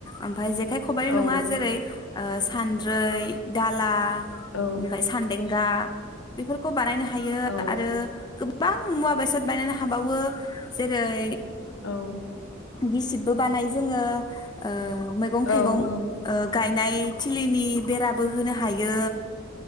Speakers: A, on the left (about 20°); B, on the left (about 80°).
A: ओमफ्राय जे खाय खबाइल
B: औ
A: नङा जेरै ओ सानद्रै दाला
B: औ
A: ओमफ्राय सान्देंगा बेफोरखौ बानायनो हा हायो
B: औ
A: आरो गो बां मुवा बेसाद बानानो हाबावो। जेरै
B: औ
A: गिसिबबो बानायो जोङो ओ मैगं
B: औ
A: थाइगं
B: औ
A: ओ गायनाय थिलिनि बेराबो होनो हायो।